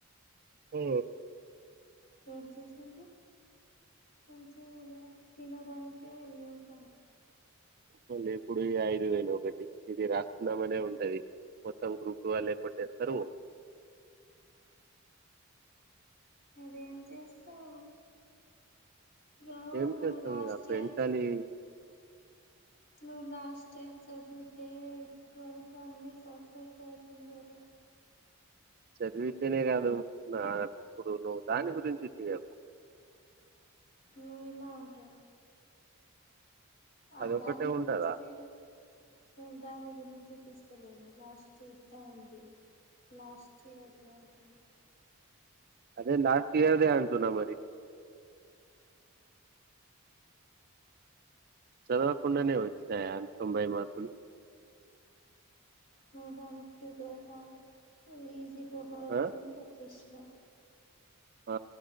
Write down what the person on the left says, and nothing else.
ఏం చేసిండ్రు ఏంచేయలే తినడానికే వెళ్ళి ఉంటరు
మరేం చేస్తావు బ్రో
నువ్వు
లాస్ట్
ఇయర్
నువ్వు లాస్ట్ స్టెప్ చదివుతే ఇప్పటి వరకు అన్నీ పర్ఫెక్ట్ అయితుండేలే
నీలా ఆఫ్డే ఆ
దాని గురించి
నేను నేను దాని గురించి తీస్తలేను last time the last year <unintelligible>
నేన్ దాని క్కి ప్రిపేర్ కాలే ఈజీ పేపర్ వచ్చింది
వచ్చేసినా